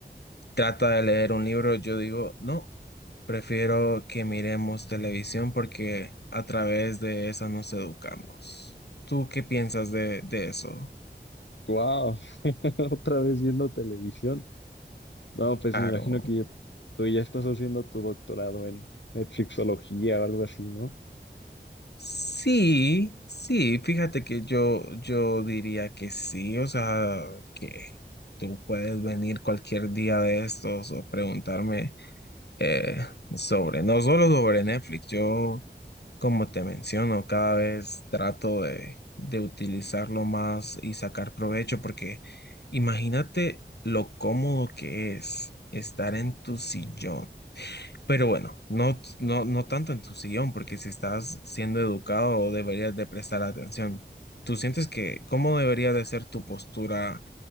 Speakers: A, on the left; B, on the left.
A: trata de leer un libro, yo digo, no, prefiero que miremos televisión porque a través de esa nos educamos. ¿Tú qué piensas de, de eso?
B: Wow, <laughs> otra vez viendo televisión. No, pues
A: Claro.
B: me imagino que ya- tú ya estás haciendo tu doctorado en Netflixología o algo así, ¿no?
A: Sí, sí, fíjate que yo, yo diría que sí, o sea, que tú puedes venir cualquier día de estos o preguntarme eh, sobre, no solo sobre Netflix, yo, como te menciono, cada vez trato de, de utilizarlo más y sacar provecho, porque imagínate lo cómodo que es estar en tu sillón pero bueno, no, no, no tanto en tu sillón, porque si estás siendo educado deberías de prestar atención. ¿Tú sientes que cómo debería de ser tu postura